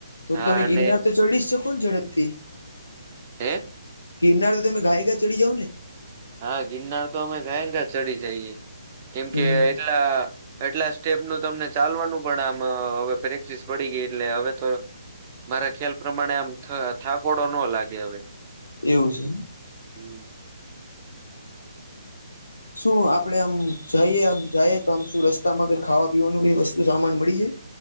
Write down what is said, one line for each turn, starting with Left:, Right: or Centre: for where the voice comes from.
Left: તો
Right: હા
Left: તમે
Right: અને
Left: ગિરનાર તો ચડી જ શકોને ઝડપથી.
Right: એક.
Left: ગીરનાર તો તમે ઘાય ઘા ચડી જાવ ને.
Right: હા ગિરનાર તો અમે ઘાએ ઘા ચડી જઈએ કેમ
Left: હમ
Right: કે એટલા એટલા સ્ટેપનું તમને ચાલવાનું પણ આમ હવે પ્રેક્ટિસ પડી ગઈ એટલે હવે તો મારા ખ્યાલ પ્રમાણે આમ થાકોડો ન લાગે હવે
Left: એવું છે.
Right: <inaudible>
Left: <inaudible> શું આપણે આમ જઈએ આમ જઈએ તો આમ શું રસ્તામાં કંઈ ખાવા પીવાનું કંઈ વસ્તુ સામાન મળી જાય.